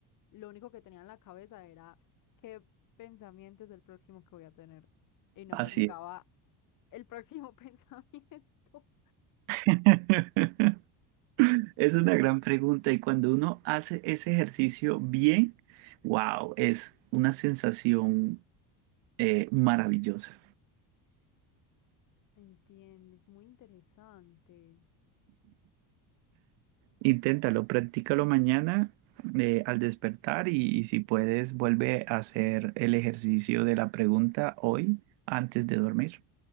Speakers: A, on the left (about 45°); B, on the right (about 75°).
A: lo único que tenía en la cabeza era qué pensamiento es el próximo que voy a tener. Y no
B: Así
A: me llegaba
B: es.
A: el próximo <laughs> pensamiento.
B: <laughs> Es una gran pregunta y cuando uno hace ese ejercicio bien, wow, es una sensación eh, maravillosa.
A: Entiendo, es muy interesante.
B: Inténtalo, practícalo mañana eh, al despertar y, y si puedes, vuelve a hacer el ejercicio de la pregunta hoy antes de dormir.